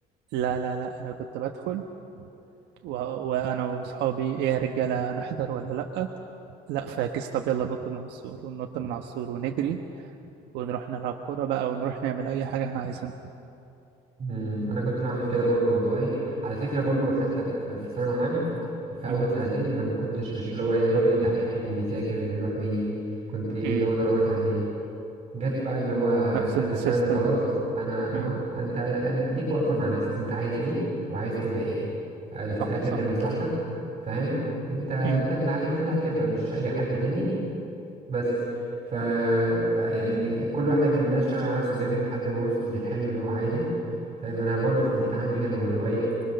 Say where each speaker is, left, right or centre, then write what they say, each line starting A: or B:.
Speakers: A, on the right; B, on the right.
A: لا لا لا انا كنت بدخل و... وانا واصحابي ايه يا رجاله هنحضر ولا لا لا فاكس طب يلا ننط من على السور وننط من على السور ونجري ونروح نلعب كورة بقى ونروح نعمل اي حاجة احنا عايزينها
B: مم، انا كنت بعمل كده برضو والله على فكره برضو حتى في في ثانوي عام في اول
A: أمم،
B: سنتين انا ما كنتش مش اللي هو ايه الراجل الدحيح اللي بيذاكر اللي بيروح ويجي كنت ايه
A: أمم.
B: اللي هو درجاتي عاديه جت بقى اللي هو انا
A: نفس
B: في ثالثه
A: السيستم
B: ثانوي خلاص انا
A: أمم،
B: اهو انت ليك واقفه مع نفسك انت عايز ايه وعايز تبقى ايه انا في
A: صح
B: الاخر
A: صح
B: دي مصلحتك فاهم انت انت
A: أمم،
B: اللي ع- انت اللي هتبقى مش اي حد تاني بس ف بقى يعني كل واحد مننا اشتغل على نفسه جامد لحد ما وصل للحلم اللي هو عايزه فاهم انا برضه في البيت عندي كانوا اللي هو ايه